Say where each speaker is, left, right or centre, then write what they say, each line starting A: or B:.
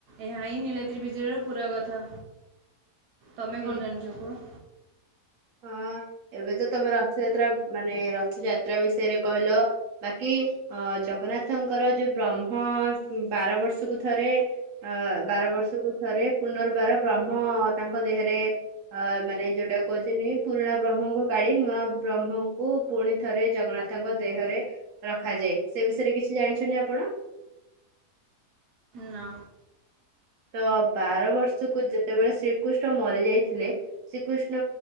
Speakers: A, on the right; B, on the right.
A: ଏହା ହିଁ ନୀଳତ୍ରି ବୀଜର ପୁରା କଥା। ତମେ
B: ହୁଁ
A: କଣ ଜାଣିଛ କୁହ?
B: ହଁ ଏବେ ତ ତମେ ରଥଯାତ୍ରା ମାନେ ରଥଯାତ୍ରା ବିଷୟରେ କହିଲ ବାକି ଅ ଜଗନ୍ନାଥଙ୍କର ଯୋଉ ବ୍ରହ୍ମ ବାର ବର୍ଷକୁ ଥରେ ଅ ବାର ବର୍ଷକୁ ଥରେ ପୁନର୍ବାର ବ୍ରହ୍ମ ତାଙ୍କ ଦେହରେ ଅ ମାନେ ଯୋଉଟା କୁ ତିନି ପୁରୁଣା ବ୍ରହ୍ମଙ୍କୁ କାଢ଼ି ନୂଆ ବ୍ରହ୍ମଙ୍କୁ ପୁଣି ଥରେ ଜଗନ୍ନାଥଙ୍କ ଦେହରେ ରଖାଯାଏ ସେ ବିଷୟରେ କିଛି ଜାଣିଛଛନ୍ତି ଆପଣ?
A: ନା।
B: ତ ବାର ବର୍ଷକୁ, ଯେତେବେଳେ ଶ୍ରୀକୃଷ୍ଣ ମରି ଯାଇଥିଲେ, ଶ୍ରୀକୃଷ୍ଣ